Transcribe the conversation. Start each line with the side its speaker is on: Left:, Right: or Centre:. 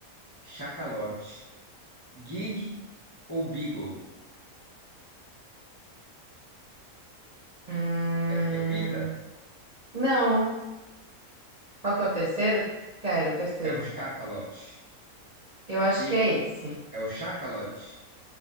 Left: Chacalote, Gig ou Beagle?
Right: Hum,
Left: Quer que repita?
Right: Não. Qual que é o terceiro? Quero o terceiro.
Left: É o chacalote.
Right: Eu acho
Left: Tem-
Right: que é esse. <laughs>
Left: É o chacalote.